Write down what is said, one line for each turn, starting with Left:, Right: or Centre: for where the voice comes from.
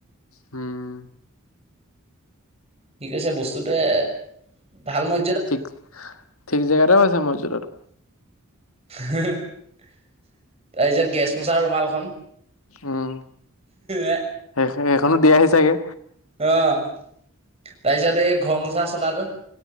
Left: উম।
Right: কি কৈছে বস্তুটোৱে, ভাল ম
Left: ঠিক, ঠিক জেগাতে পাইছে মৰ্যদাটো।
Right: তাৰপিছত গেছ মোচা ৰুমালখন।
Left: উম,
Right: অ
Left: সেই, সেইখনো দিয়া হি চাগে।
Right: অ তাৰপিছত এই ঘৰ মুচা চোলাটো।